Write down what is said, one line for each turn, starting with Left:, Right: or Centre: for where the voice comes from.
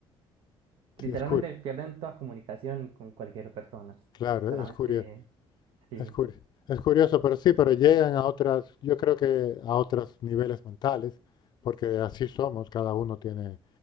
Right: literalmente
Left: Sí, es curioso,
Right: pierden toda comunicación con cualquier persona.
Left: claro,
Right: Solamente,
Left: es curioso,
Right: sí.
Left: es curioso, es curioso, pero sí, pero llegan a otras, yo creo que a otros niveles mentales, porque así somos, cada uno tiene